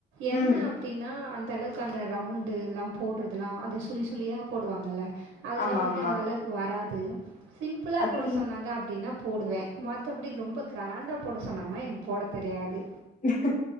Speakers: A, on the right (about 85°); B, on the left (about 40°).
A: என்ன
B: ம்
A: அப்படின்னா அந்த அளவுக்கு அந்த ரவுண்டு எல்லாம் போடுறதுல்லாம் அந்த சுழி சுழியா போடுவாங்கல்ல அதெல்லாம்
B: ஆமா
A: வந்து
B: ஆமா
A: அந்த அளவுக்கு வராது சிம்பிளா
B: அது
A: போட சொன்னாங்க அப்படின்னா போடுவேன் மத்தபடி ரொம்ப கிராண்டா போட சொன்னாங்கன்னா எனக்கு போட தெரியாது
B: ஹ